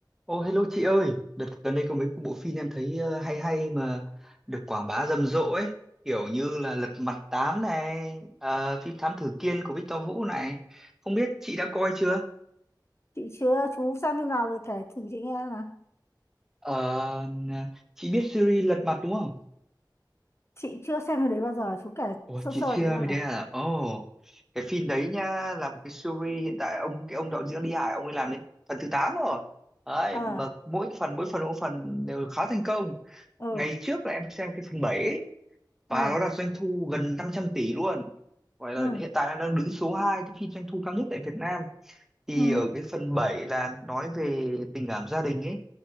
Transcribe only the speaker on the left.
chị chưa chú xem phim nào rồi kể thử chị nghe xem nào
chị chưa xem phim đấy bao giờ chú kể
sơ
sơ
chị xem
nào
ờ
ừ
ừ
ừ
ừ